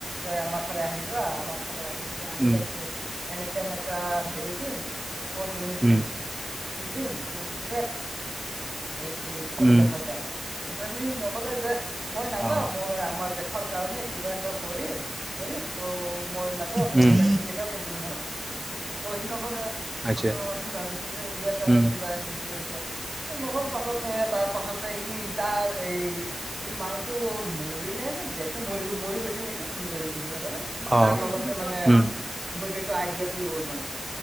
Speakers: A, on the right (about 35°); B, on the right (about 15°).
A: তই আমাৰ ফালে আহি যা, আমাৰ ফালে আহি কিন্তু আহিলে
B: উম
A: তোক এনেকা-এনেকা হেৰি দিম, অপৰচোনিতি
B: উম
A: দিম। দিম তোক এই
B: উম
A: হয় তাক, তথাপিও নগলে যে। মই নাযাওঁ,
B: অ
A: মই আমাৰ দেশৰ কাৰণে কিবা এটা কৰিম, কৰিম ত' মই নাযাও মোৰে
B: উম
A: কেতিয়াও নিদিওঁ মই, সি নগলে
B: আচ্ছা
A: পাছত সি ভাবিছে যে ইণ্ডিয়াৰ কাৰণে
B: উম
A: কিবা হেৰি কৰিব। নহ'ল পাছত, তাৰ পাছতে ই তাৰ এই ই মানুহটো মৰিল নে জীয়াই আছে, মৰি গৈছে ছিল নেকি? শুনি পাইছিল কিছু দিনতে
B: অ
A: তাৰ লগতে মানে আইডিয়াটোৱে
B: উম
A: গ'ল মানে,